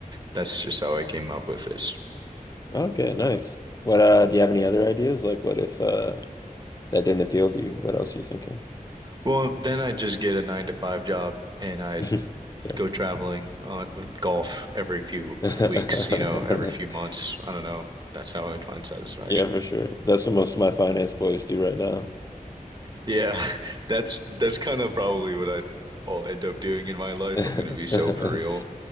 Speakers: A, on the right; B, on the left.
A: That's just how I came up with this.
B: Okay, nice. What uh do you have any other ideas? Like what if uh that didn't appeal to you? What else are you thinking?
A: Well, then I'd just get a nine to five job and I'd
B: <laughs> Sure.
A: go traveling on with golf every few
B: <laughs>
A: weeks, you know, every few months. I don't know. That's how I'd find satisfaction.
B: Yeah, for sure. That's what most of my finance boys do right now.
A: Yeah, <laughs> that's that's kind of probably what I'd all end up doing in my life.
B: <laughs>
A: I'm gonna be so for real.